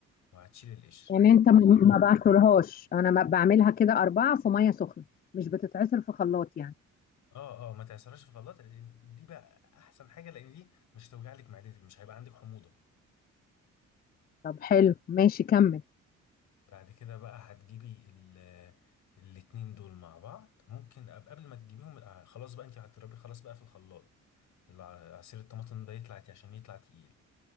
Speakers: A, on the left (about 75°); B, on the left (about 30°).
A: وهتشيلي القشر
B: يعني انت ما ما بعصرهاش انا ما بعملها كده اربعه في ميه سخنه مش بتتعصر في خلاط يعني
A: اه اه ما تعصرهاش في خلاط لان دي بقى احسن حاجه لان دي مش هتوجع لك معدتك مش هيبقى عندك حموضه
B: طب حلو ماشي كمل
A: بعد كده بقى هتجيبي ال الاتنين دول مع بعض ممكن أب- قبل ما تجيبيهم آه، خلاص بقى انت هتضربيه خلاص بقى في الخلاط الع- عصير الطماطم ده يطلع عشان يطلع تقيل